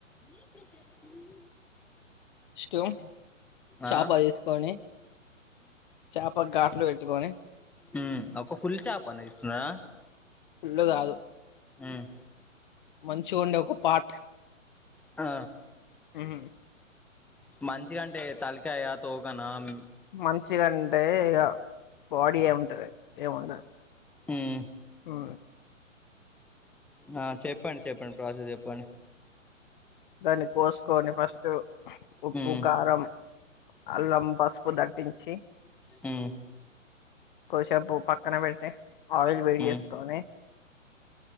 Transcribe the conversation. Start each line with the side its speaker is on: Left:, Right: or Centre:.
Centre: మీద జల్లుతున్న
Left: స్టు చాప
Centre: ఆ
Left: తీసుకొని చాప గాట్ ట్లు పెట్టుకొని
Centre: ఉ ఒక ఫుల్ చాపని తీసుకున్నారా
Left: ఫుల్లు గాదు
Centre: ఉమ్
Left: మంచిగుండే ఒక పాట్
Centre: ఆ
Left: మ్మ్
Centre: మంచిగంటే తలికాయ ఆ తోకనా మ్
Left: మంచిగంటే ఇగ బాడీ ఏ ఉం టది ఏముండద్
Centre: మ్మ్
Left: ఉమ్మ్
Centre: ఆ చెప్పండి చెప్పండి ప్రాసెస్ చెప్పండి
Left: దాన్ని కోసుకొని ఫస్ట్ ఉప్పు
Centre: మ్మ్
Left: కారం అల్లం పసుపు దట్టించి
Centre: ఉమ్మ్
Left: కొషేపు పక్కన బెట్టే ఆయిల్ వేడి
Centre: మ్మ్
Left: చేసుకొని